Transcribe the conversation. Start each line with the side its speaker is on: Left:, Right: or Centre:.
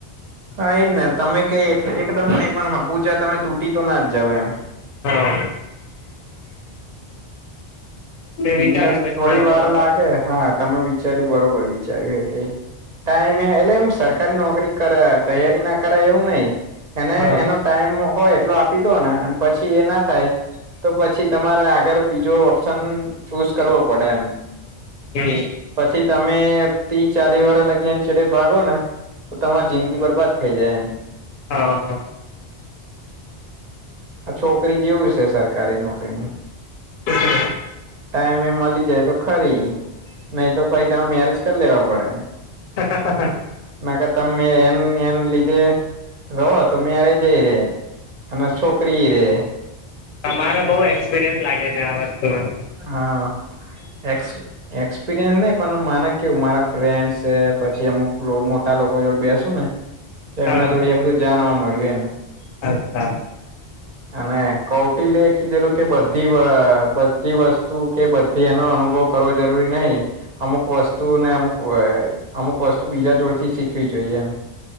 Right: હા એજ ને તમે કઈ એટલે એકદમ નહી પણ હપુચા તમે તૂટી તો ના જ જાવ એમ.
Left: હા. મેં
Right: બિઝનેસ
Left: વિચાર્યું વચમાં
Right: થોડી વાર
Left: તો
Right: લાગે હા તમે વિચાર્યું બરોબર વિચાર્યું કે ટાઈમે એટલે એમ સરકારી નોકરી કરે તૈયારી ના કરાય એવું નહી એને
Left: હા
Right: એનો ટાઈમ હોય એટલો આપી દો ને અને પછી એ ના થાય. તો પછી તમારે આગળ બીજો ઓપ્શન ચુઝ કરવો પડે એમ.
Left: હમ્મ.
Right: પછી તમે ત્રી ચાલીસ વરહ લગીન એને છેડે ભાગો ને. તો તમારી જિંદગી બરબાદ થઇ જાય એમ.
Left: હા હા.
Right: આ છોકરી જેવું છે સરકારી નોકરીનું.
Left: શ છે <unintelligible>
Right: ટાઈમે એ મળી જાય તો ખરી, નહી તો ભાઈ તરે મેરેજ કરી લેવા પડે.
Left: હ હ <unintelligible>
Right: ના કે તમે એ એને લીધે રહો, તમે યરે જઈ રે. અને છોકરી રે.
Left: તમારો બઉુ એક્સપિરિયન્સ લાગે છે આ વસ્તુમાં.
Right: હા, હેક્સ એક્સપિરિયન્સ નહ પણ માને કેવું મારા ફ્રેન્ડસ પછી અમુક મોટા લોકો જોડે બેસુ ને. તો એમના
Left: હા
Right: જોડે આ બધું જાણવા મળ્યું એમ.
Left: અચ્છા.
Right: અને કૌટિલ્ય કીધેલું કે બધી બધી વસ્તુ કે બધી એનો અનુભવ કરવો જરૂરી નહી. અમુક વસ્તુ ને અમુક અમુક વસ્તુ બીજા જોડથી શીખવી જોઈએ એમ.